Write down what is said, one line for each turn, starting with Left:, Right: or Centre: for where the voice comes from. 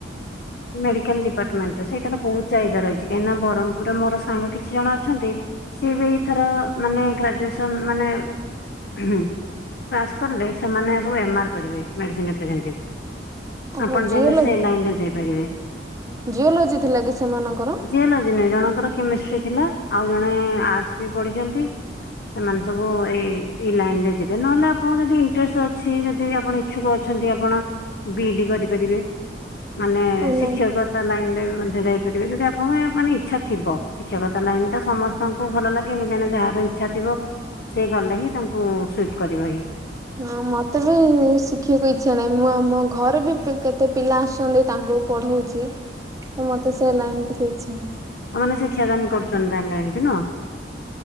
Left: ମେଡିକାଲ ଡିପାର୍ଟମେଣ୍ଟ। ତ ସେଇଟାର ବୋହୁତ ଚାହିଦା ରହିଛି କାହିଁକି ନା ବରହ୍ମପୁରେ ମୋର ସାଙ୍ଗ କିଛି ଜଣ ଅଛନ୍ତି ସିଏ ବି ଏଇଥର ମାନେ ଗ୍ରାଜୁଏସନ ମାନେ ହୁଁ ପାସ୍ କଲେ ସେମାନେ ସବୁ ଏମ୍ ଆର୍ କରିବେ ମେଡ଼ିସିନ ରପ୍ରେଜେଣ୍ଟିଭ୍।
Right: ଓହୋ
Left: ଆପଣ ଚାହିଁଲେ
Right: ଜିଓଲୋଜି
Left: ସେ ଲାଇନରେ ଯାଇପାରିବେ।
Right: ଜିଓଲୋଜି ଥିଲା କିି ସେମାନଙ୍କର?
Left: ଜିଓଲୋଜି ନୁହେଁ ଜଣଙ୍କର କେମିଷ୍ଟ୍ରି ଥିଲା ଆଉ ଜଣେ-ଏ ଆର୍ଟ୍ସ ବି ପଢିଛନ୍ତି। ସେମାନେ ସବୁ ଏଇ ଏଇ ଲାଇନ ରେ ଯିବେ ନହେଲେ ଆପଣଙ୍କୁ ଯଦି ଇଣ୍ଟରେଷ୍ଟ ଅଛି ଯଦି ଆପଣ ଇଚ୍ଛୁକ ଅଛନ୍ତି ଆପଣ ବି ଇ ଡି କରିପାରିବେ ମାନେ
Right: ନାଇଁ
Left: ଶିକ୍ଷକତା ଲାଇନରେ ମଧ୍ୟ ଯାଇ ପାରିବେ ଯଦି ଆପଣଙ୍କୁ ମାନେ ଇଛାଥିବ ଶିକ୍ଷକତା ଲାଇନ ଟା ସମସ୍ତଙ୍କୁ ଭଲ ଲାଗେନି କାଇଁନା ଯାହା ର ଇଚ୍ଛା ଥିବ ସେ ଗଲେ ହିଁ ତାଙ୍କୁ ସୁଇଟ୍ କରିବ ହି।
Right: ହଁ ମତେ ବି-ଇ ଶିଖିଆକୁ ଇଚ୍ଛା ନାହିଁ ମୁଁ ଆମ ଘରେ ବି ପି କେତେ ପିଲା ଆସୁଛନ୍ତି ତାଙ୍କୁ ପଢଉଚି ନ୍ତୁ ମତେ ସେ ଲାଇନ ଟିକେ ଇଚ୍ଛା ନାହିଁ।
Left: ଆ ମାନେ ଶିକ୍ଷାଦାନ କରୁଛନ୍ତି ତାହେଲେ ଏମ୍ତି ନୁହଁ?